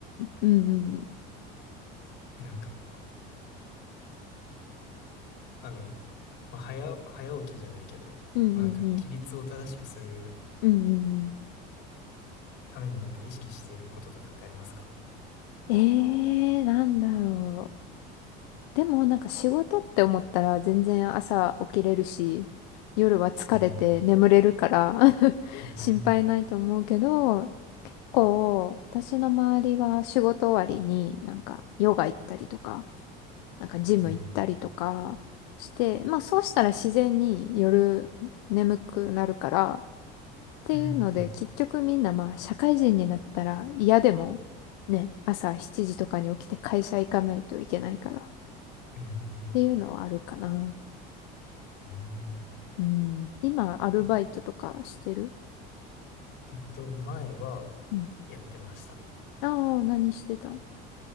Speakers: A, on the left; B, on the left.
A: うんうん。
B: え、なんか、あの、まあ、早、早起きじゃないけど、
A: うんうんうん。
B: まあ、なんか、規律を正しくする
A: うんうんうん。
B: ためになんか意識していることとかってありますか
A: ええー、なんだろう。でもなんか仕事って思ったら全然朝起きれるし、夜は疲れて眠れるから
B: うん、
A: <laughs>
B: うん、
A: 心配ないと思うけど、こう、私の周りは仕事終わりになんかヨガ行ったりとか、なんかジム行ったりとかして、
B: へえ、
A: まあそうしたら自然に夜眠くなるから、っていうので、
B: うん、
A: 結局みんなまあ社会人になったら嫌でもね、朝7時とかに起きて会社行かないといけないからっ
B: うん、
A: ていうのはあるかな。
B: うん。うん
A: うん。今、アルバイトとかしてる
B: え、えっと、前は
A: うん
B: やってました。
A: ああ何してた